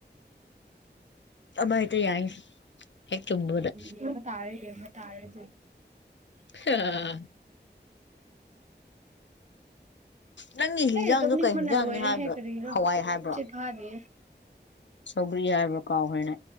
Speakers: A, on the left; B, on the right.
A: ꯑꯃꯥ ꯍꯦꯛꯇ ꯌꯥꯏꯅꯦ ꯍꯦꯛ ꯆꯨꯝꯕꯗ꯫
B: ꯌꯦꯡꯕ ꯇꯥꯔꯦ ꯌꯦꯡꯕ ꯇꯥꯔꯦ꯫
A: ꯈꯥꯍꯍꯍ꯫ ꯅꯪꯒꯤ ꯍꯤꯟꯖꯥꯡꯗꯣ
B: ꯑꯩ ꯇꯨꯝꯅꯤꯡꯕꯅ
A: ꯀꯩ ꯍꯤꯟꯖꯥꯡꯅꯤ
B: ꯂꯣꯏꯔꯦꯍꯦ
A: ꯍꯥꯏꯕ꯭ꯔꯣ
B: ꯀꯔꯤꯔꯣ
A: ꯍꯋꯥꯏ ꯍꯥꯏꯕ꯭ꯔꯣ
B: ꯇꯨꯝꯁꯤꯠ ꯐꯥꯗꯦꯍꯦ꯫
A: ꯁꯧꯒ꯭ꯔꯤ ꯍꯥꯏꯕ꯭ꯔ ꯀꯥꯎꯒ꯭ꯔꯦꯅꯦ꯫